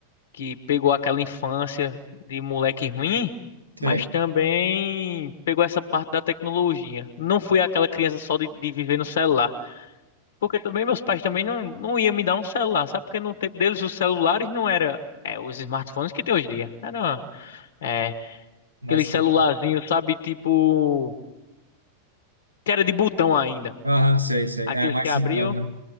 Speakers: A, on the left (about 60°); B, on the right (about 85°).
A: que pegou aquela infância de moleque ruim, mas
B: sei,
A: também pegou essa parte da tecnologia. Não fui aquela criança só de, de viver no celular. Porque também meus pais também não, não iam me dar um celular, sabe? Porque no tempo deles os celulares não era é, os smartphones que tem hoje em dia. Era é,
B: mais
A: aquele
B: simplão.
A: celularzinho, sabe? Tipo. que era de botão ainda.
B: Aham, sei, sei.
A: Aqueles
B: É mais
A: que abriam.
B: simplão, né?